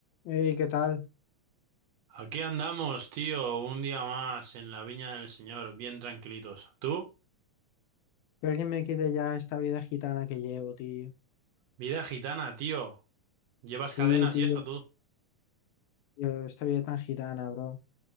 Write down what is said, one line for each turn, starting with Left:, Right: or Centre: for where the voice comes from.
Left: Ey, ¿qué tal?
Right: Aquí andamos, tío, un día más en la viña del Señor, bien tranquilitos. ¿Tú?
Left: Que alguien me quite ya esta vida gitana que llevo, tío.
Right: Vida gitana, tío. Llevas
Left: Sí,
Right: cadenas
Left: tío,
Right: y eso tú.
Left: tío, esta vida tan gitana, bro.